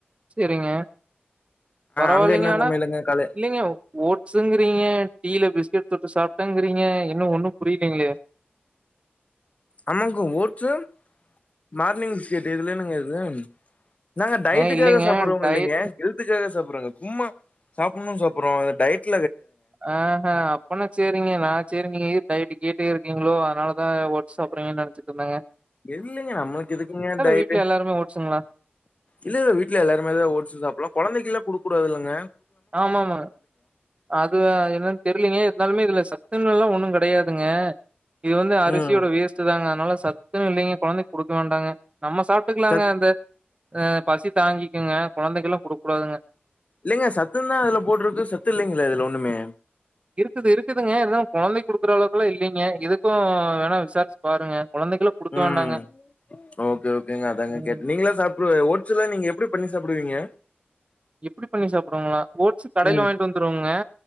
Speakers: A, on the right (about 30°); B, on the left (about 35°).
A: சரிங்க பரவால்லிங்க
B: அங்க என்ன
A: ஆனா
B: சமையலுங்க காலை
A: இல்லிங்க ஓட்ஸுங்றீங்க டீல பிஸ்கெட் தொட்டு சாப்ட்டேங்றீங்க இன்னு ஒன்னு புரிலயே
B: ஆமாங்க ஓட்ஸு மார்னிங் பிஸ்கட் இதுலனுங்க இது நாங்க டைட்டுக்காக
A: ஏங்க இல்லைங்க
B: சாப்புட்றோங்க
A: டயட்
B: இல்லிங்க ஹெல்த்துக்காக சாப்புட்றோங் சும்மா சாப்புட்ணு சாப்புட்றோங் டயட்ல
A: ஆ அப்பனா ச்சேரிங்க நா சேரி நீங்க டயட் கிட்டே இருக்கீங்ளோ அதனாலதா ஓட்ஸ் சாப்புட்றீங் நெனைச்சிட்ருந்தேங்க
B: இல்லிங்க நம்ளுக்கு இதுக்குங்க டயட்டு
A: வீட்ல எல்லாருமே ஓட்ஸுங்களா?
B: இல்ல இல்ல வீட்ல எல்லாருமேதா ஓட்ஸ் சாப்புடலா கொழந்தைக்லா குடுக் கூடாதுல்லங்க
A: ஆமாமா அது என்னன் தெரிலிங்க இருந்தாலுமே இதுல சத் <unintelligible> ஒண்ணு கெடையாதுங்க இது வந்து அரிசியோட
B: ம்
A: வேஸ்ட்டு தாங்க அதனால சத்துலா இல்லிங்க கொழந்தைக்கு குடுக்க வேண்டாங்க நம்ம சாப்ட்டுக்கலாங்க
B: சத்
A: அந்த ஆ பசி தாங்கிக்குங்க கொழந்தக்குலா குடுக்கூடாதுங்க
B: இல்லிங்க சத்துன் தா அதுல போட்ருக்கு சத்து இல்லிங்ளா இதுல ஒண்ணுமே
A: இருக்குது இருக்குதுங்க <unintelligible> கொழந்தைக் குடு க்குறளவுக்குலா இல்லிங்க இது க்கு வேணா விசாரிச்சு பாருங்க குழந்தைக்கெல்லாம் குடுக்க
B: உஹம்
A: வேண்டாங்க.
B: ஓகே ஓகேங்க அதாங்க
A: ம்.
B: கேட் நீங்கள சாப்புடு ஓ ஆக்ச்சுலா நீங்க எப்புடி பண்ணி சாப்பிடுவீங்க
A: எப்பிடி பண்ணி சாப்புடுவங்களா ஓட்ஸ் கடையில
B: ம்.
A: வாங்கிட்டு வந்துருவோங்க